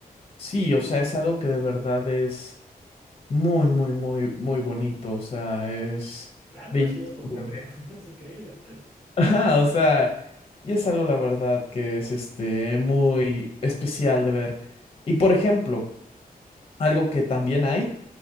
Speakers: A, on the left (about 40°); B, in the centre.
A: Sí, o sea, es algo que de verdad es Muy, muy, muy, muy bonito. O sea, es
B: Claro,
A: bellísimo
B: parece de otro mundo.
A: de ver.
B: <laughs> Es increíble.
A: <laughs> Ajá, o sea, y es algo, la verdad, que es este muy especial de ver. Y por ejemplo, algo que también hay,